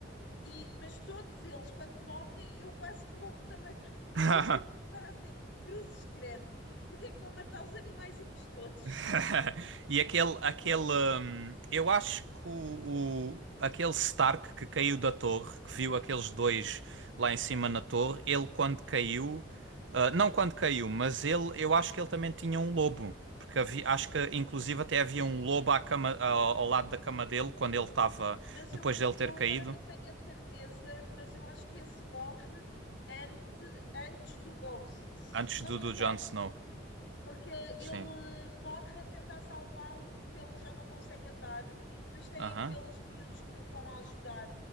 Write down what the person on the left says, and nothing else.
E, mas todos eles, quando morrem, eu quase que morro também, <laughs> porque
eu, tipo, agora assim, cruzes credo, porque é que vão matar os animaizinhos todos?
Sim,
mas
eu,
eu
agora não tenho a certeza, mas eu acho que esse morre ante, antes do Ghost, se
não
me
engano.
Porque ele
morre a tentar salvá-lo porque ele já não consegue andar e depois tem
aqueles miúdos que o estão a ajudar